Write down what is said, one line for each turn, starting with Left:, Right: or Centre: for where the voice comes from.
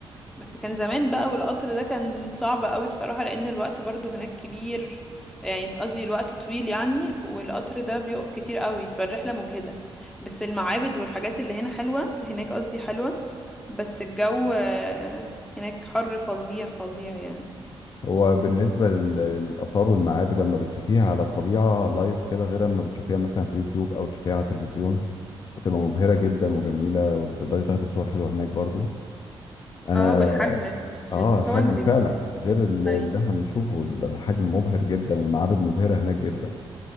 Centre: بس كان زمان بقى والقطر ده كان صعب قوي بصراحة لأن الوقت برضو هناك كبير يعني قصدي الوقت طويل يعني والقطر ده بيقف كتير قوي فالرحلة مجهدة بس المعابد والحاجات اللي هنا حلوة هناك قصدي حلوة بس الجو آه، هناك حر فظيع فظيع يعني
Left: هو بالنسبة لل- للآثار والمعابد لما بتشوفيها على الطبيعة لايف كده غير لما بتشوفيها مثلا في يوتيوب أو تشوفيها على التلفزيون بتبقى مبهرة جدا وجميلة وبتقدري تاخدي صور حلوة هناك برضو أنا
Centre: اه والحجم
Left: آه
Centre: الصور
Left: الحجم
Centre: ما بيبقاش
Left: فعلا غير ال-
Centre: ايوه
Left: اللي احنا بنشوفه بيبقى الحجم مبهر جدا والمعابد مبهرة هناك جدا